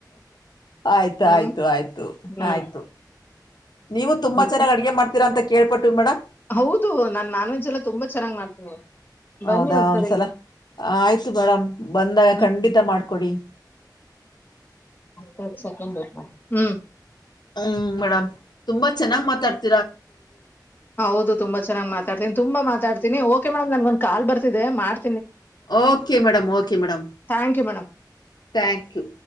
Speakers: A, on the left; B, on the left.
A: ಆಯ್ತು
B: ಹ್ಮ್
A: ಆಯ್ತು ಆಯ್ತು
B: ಹ್ಮ್
A: ಆಯ್ತು. ನೀವು ತುಂಬ
B: ಮತ್ತೆ
A: ಚನ್ನಾಗಿ ಅಡಗೆ ಮಾಡ್ತೀರಾ ಅಂತಾ ಕೇಳ್ಪಟ್ವಿ ಮೇಡಮ್.
B: ಹೌದು ನಾನ್ ನಾನ್ ವೆಜ್ ಎಲ್ಲಾ ತುಂಬಾ ಚೆನ್ನಾಗ್ ಮಾಡ್ತೀನಿ. ಬನ್ನಿ
A: ಹೌದಾ
B: ಒಂದ್ಸರಿ
A: ಒಂದ್ಸಲ ಆಯ್ತು ಮೇಡಂ ಬಂದಾಗ
B: ಹ್ಮ್
A: ಖಂಡಿತ ಮಾಡ್ಕೊಡಿ.
B: ಹತ್ತತ್ ಸೆಕೆಂಡ್ ಬಟ್ ಮಾಡಿ ಹ್ಮ್.
A: ಹ್ಮ್ ಮೇಡಮ್ ತುಂಬಾ ಚೆನ್ನಾಗ್ ಮಾತಾಡ್ತ.
B: ಹ ಹೌದು ತುಂಬಾ ಚೆನ್ನಾಗ್ ಮಾತಾಡ್ತೇನಿ ತುಂಬಾ ಮಾತಾಡ್ತೀನಿ. ಮೇಮ್ ನನ್ಗ ಒಂದು ಕಾ ಬರ್ತಿದೆ ಮಾಡಿ.
A: Okay madam okay madam
B: thank you madam
A: thank you